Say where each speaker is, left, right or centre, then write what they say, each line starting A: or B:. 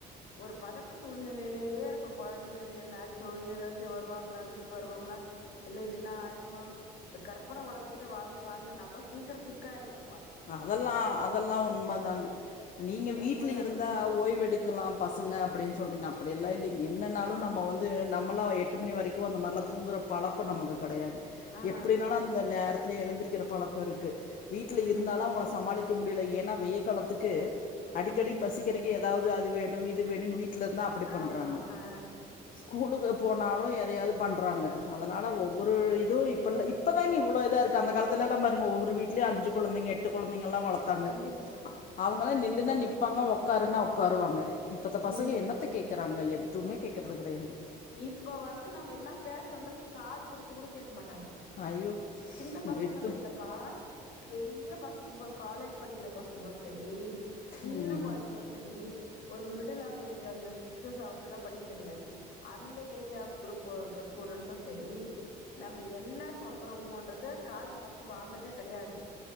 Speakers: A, on the left; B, on the left.
A: ஒரு பதட்ட சூழ்நிலையிலேயே இருக்கு கொழந்தைங்களுக்கு என்னாச்சோ ஏதாச்சோ வருவாங்ளா வீட்டுக்கு வருவாங்ளா இல்ல இதுனா ஆயிடுமா இந்த கற்பனை உலகத்துலே வாழ்ந்து வாழ்ந்து நம்ப சீக்கிர சிக்காயிர்ணு
B: அதெல்லா அதெல்லா உண்ம
A: சரி
B: தாங்க நீங்க வீட்ல
A: உண்மதா
B: இருந்தா
A: நெஜமாதா
B: ஓய்வெடுக்கலாம் பசங்க அப்டின் சொல்றீங்க அப்டியெல்லா இல்லைங்க என்னாலு நம்ம வந்து நம்மளா எட்டு மணி வரைக்கு அந்தமார்லா தூங்குற பழக் கோ நமக்கு கடையாது
A: ஆ ஆ
B: எப்டினாலு அந்த நேரத்திலே எழுந்திருக்கிற பழக்க இருக்கு வீட்ல
A: ஆ ம்
B: இரு நிக்க முடியல ஏன்னா வெயில் காலத்துக்கு அடிக்கடி
A: ம்
B: பசிக்கதுக்கு ஏதாவது அது வேணு இது வேணு வீட் வீட்லர்ந்தா அப்டி பண்றாங்க
A: ஆமா ஆ
B: ஸ்கூலுக்கு போனாலு எதையாவது பண்றாங்க அதனால ஒ ஒரு இது
A: ம்
B: இப்பள இப்பதாங்க இவ்ளோ இதா இருக்கு அந்த காலத்துலல பாருங்க ஒவ்வொரு வீட்லயு அஞ்சு குழந்தைங்க எட்டு குழந்தைங்கல்லா வளத்தாங்க
A: கண்டிப்பா
B: அவங்கள
A: கண்டிப்பா
B: நில்லுனா நிப்பாங்க
A: கண்டிப்பா
B: உக்காருனா உக்காருவாங்க இப்பந்த
A: ம்
B: பசங்க என்னத்த கேக் கேக்கிறாங்க எதுவுமே கேக்கறது கிடையாது
A: இப்ப வந்து நம்ம இன்ன பேசுறோன்றது காது குடுத்து கூட கேக்க மாட்டாங்க
B: ஐயோ
A: சின்ன பசங்கனு
B: எத்து
A: இல்லப்பா பெரிய பசங் ங்கூட காலேஜ் படிக்கிற பசங்களு சரி சின்ன
B: ம்
A: குழந்தைங்களு ச சரி ஒரு மிடில் ஆப் ஏஜ் அந்த சிக்ஸ் டு செவன்த்துலா படிக்குதுங்ளே அந்த ஏஜ் ஆஃப் குரூப் ஸ்டூடெண்டு சரி நம்ப என்ன சொல்றோமோன்றது காதுல ஃபஸ்டு வாங்கற்தே கெடையாது